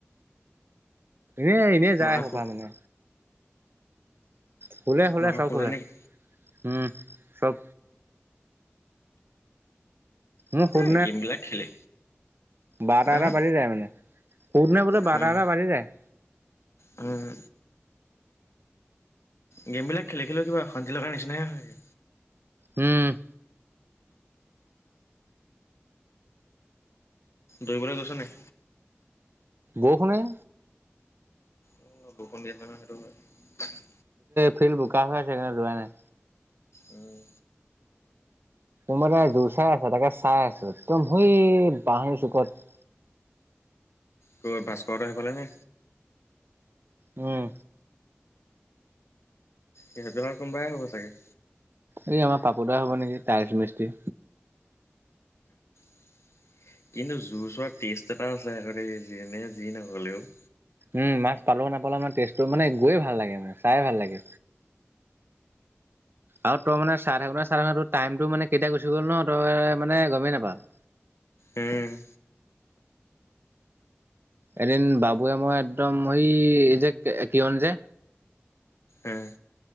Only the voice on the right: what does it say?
এই, এনেই যায়
এসোপা
মানে। শুলে, শুলে
চব শুলে।
উম, চব। মোৰ <unintelligible>
বাৰটা,
এটা
বাজি যায় মানে। <unintelligible> নে বোলে
বাৰটা, এটা বাজি যায়।
উম।
বৰষুণেই
ফিল্ড বোকা হৈ আছে সেইকাৰণে যোৱা নাই
এটাই জোঁৰ চাই আছে তাকে চাই আছো সৌ একদম বাহ চুকত <inaudible>
উম
এই আমাৰ পাপু দা হ'ব নেকি তাইলচ মিস্ত্ৰী
উম মাছ পালেও নাপালেও মানে টেষ্টটো মানে গৈয়ে ভাল লাগে মানে চাই ভাল লাগে আৰু তই মানে চাই থাকোঁতে চাই থাকোঁতে টাইমতটো মানে কেতিয়া গুচি গ'ল ন তই মানে গমেই নাপাৱ <inaudible>
এদিন বাবুৱে মই একদম এই যে কিয়ন যে